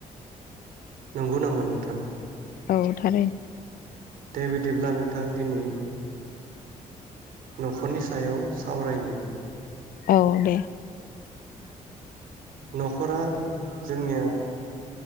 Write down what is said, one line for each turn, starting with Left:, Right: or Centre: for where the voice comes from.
Right: नंगौ नामा नोंथां?
Left: औ थारै
Right: दे बिदिब्ला नोंथां दिनै न'खरनि सायाव सावरायनि
Left: औ दे
Right: न'खरा जोंनिया